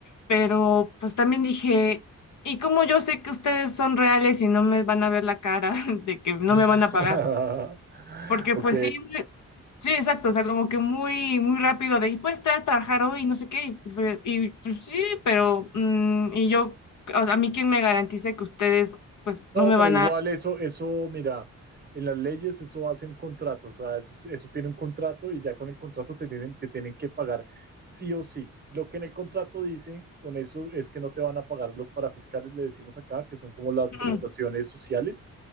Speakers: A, on the left; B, on the right.
A: pero pues también dije, ¿y cómo yo sé que ustedes son reales y no me van a ver la cara <laughs> de que no
B: <laughs>
A: me van a pagar? Porque
B: Ok.
A: pues sí, muy- sí, exacto, o sea, como que muy, muy rápido de, y pues trae trabajar hoy, no sé qué, y, fue- y, pues sí, pero, mm, y yo, o sea, a mí quién me garantiza que ustedes, pues,
B: No,
A: no me
B: pero
A: van
B: igual
A: a...
B: eso, eso, mira, en las leyes eso hacen contratos, o sea, eso, es- eso tiene un contrato y ya con el contrato te tienen, te tienen que pagar sí o sí. Lo que en el contrato dice con eso es que no te van a pagar los parafiscales, le decimos acá, que son como las
A: Ujú,
B: prestaciones sociales,